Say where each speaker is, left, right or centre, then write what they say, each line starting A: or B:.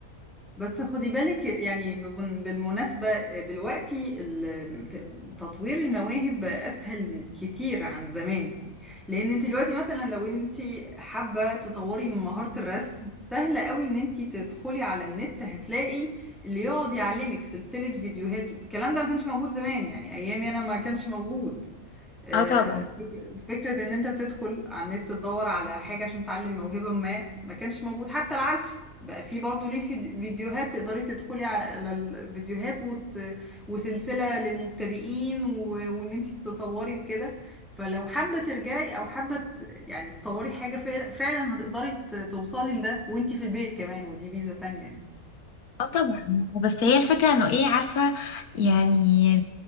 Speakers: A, in the centre; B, on the left.
A: بس خدي بالك يعني بمن- بالمناسبة دلوقتي ال- تطوير المواهب بقى أسهل كتير عن زمان يعني لأن انت دلوقتي مثلا لو انت حابة تطوري من مهارة الرسم سهل قوي ان انت تدخلي على النت هتلاقي اللي يقعد يعلمك سلسلة فيديوهات الكلام ده ما كانش موجود زمان يعني أيامي أنا ما كانش موجود آه،
B: اه طبعا
A: فك- فكرة إن أنت تدخل على النت تدور على حاجة عشان تعلم موهبة ما ما كانش موجود حتى العزف بقى في برضه ليه في فيديوهات تقدري تدخلي على الفيديوهات وت... وسلسلة للمبتدئين و... وإن أنت تطوري وكده فلو حابة ترجعي أو حابة ت- يعني تطوري حاجة فعلا فعلا هتقدري ت- توصلي لده وأنت في البيت كمان ودي ميزة تانية يعني
B: اه طبعا بس هي الفكره انه ايه عارفه يعني